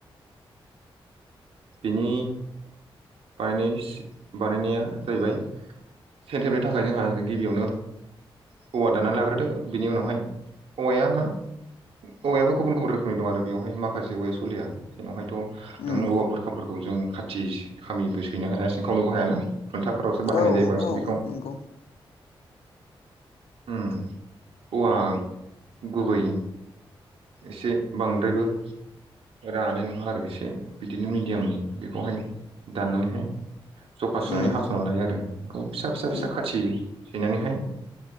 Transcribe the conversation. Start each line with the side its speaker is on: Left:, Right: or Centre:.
Right: बिनि बानायनाय एसे बानायनाया जाहैबाय सेनथेनो <unintelligible> थाखाय जोंहा गिबियावनो औवा दानना लाग्रोदो बिनि उनावहाय औवाया औवायाबो गुबुन गुबुन रोखोमनि दं आरो बेवहाय माखासे औवाया सलिया जोंनायहायथ'
Left: उम
Right: नों औवा बुरखाफोरखौ जों खाथि खामिबो सैनो हाया सिंखावनोबो हायाना खुन्थाफोरावसो बाहायनाय
Left: औ
Right: जायो बांसिन
Left: औ
Right: बेखौ
Left: नंगौ
Right: उम औवा गुबै एसे बांद्रायबो रानाय नङा आरो एसे बिदिनो मिडियामनि बेखौहाय दाननानैहाय जखा सुनानै
Left: उम
Right: हास'ना लायो आरो बेखौ फिसा फिसा
Left: उम
Right: फिसा खाथि सैनानैहाय